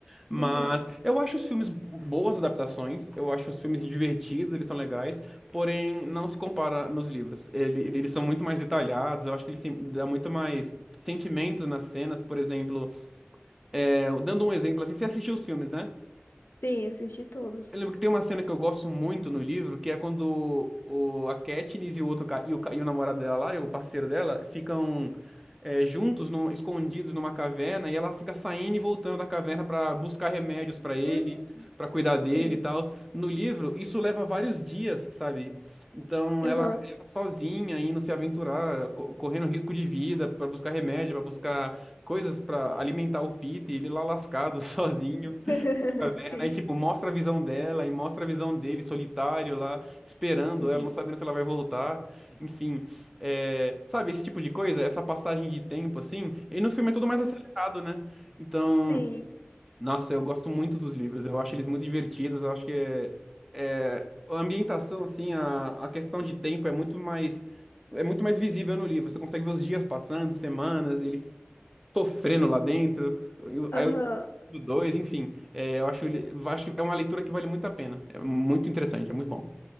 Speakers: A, in the centre; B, on the left (about 60°).
A: Mas
B: uhum.
A: eu acho os filmes boas adaptações, eu acho os filmes divertidos, eles são legais, porém não se compara nos livros. Ele- ele- eles são muito mais detalhados, eu acho que eles têm, dá muito mais sentimento nas cenas, por exemplo. é, dando um exemplo assim, você assistiu os filmes, né?
B: Sim, assisti todos.
A: Eu lembro que tem uma cena que eu gosto muito no livro, que é quando o, a Katniss e o outro ca- e o, ca- e o namorado dela lá, e o parceiro dela, ficam é, juntos, num- escondidos numa caverna, e ela fica saindo e voltando da caverna pra buscar remédios pra ele,
B: Hum,
A: pra cuidar dele
B: Sim.
A: e tal. No livro, isso leva vários dias, sabe? Então
B: Aham.
A: ela, ela sozinha indo se aventurar, co- correndo risco de vida pra buscar remédio, pra buscar coisas pra alimentar o Peter, ele lá lascado <laughs> sozinho.
B: <laughs> Sim.
A: Aí, tipo, mostra a visão dela e mostra a visão dele solitário lá, esperando
B: Uhum.
A: ela, não sabendo se ela vai voltar. Enfim, é, sabe, esse tipo de coisa, essa passagem de tempo, assim. E no filme é tudo mais
B: Aham.
A: acelerado, né? Então,
B: Sim.
A: nossa, eu gosto muito dos livros, eu acho eles muito divertidos, eu acho que é, é, a ambientação, assim, a, a questão de tempo é muito mais. É muito mais visível no livro. Você consegue ver os dias passando, semanas, eles sofrendo lá dentro. Eu-
B: Aham.
A: Aí eu li do dois, enfim. É, eu acho, ele- acho que é uma leitura que vale muito a pena. É muito interessante, é muito bom.